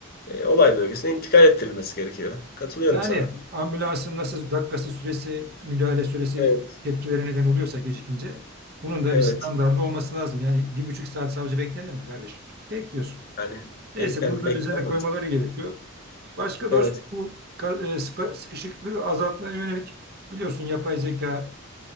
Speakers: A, on the left (about 45°); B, on the right (about 50°).
A: e, olay bölgesine intikal ettirilmesi gerekiyor. Katılıyorum
B: Yani
A: sana.
B: ambulansın nasıl dakikası süresi, müdahale süresi
A: Evet.
B: tepkilere neden oluyorsa gecikince bunun da
A: Evet.
B: bir standardı olması lazım. Yani bir buçuk saat savcı beklenir mi kardeşim? Bekliyorsun.
A: Yani
B: Neyse
A: beklem
B: bunu da
A: beklem
B: düzene koymaları gerekiyor. Başka dostum
A: Evet.
B: bu ka- e, sıfa- sıkışıklığı azaltmaya yönelik biliyorsun yapay zeka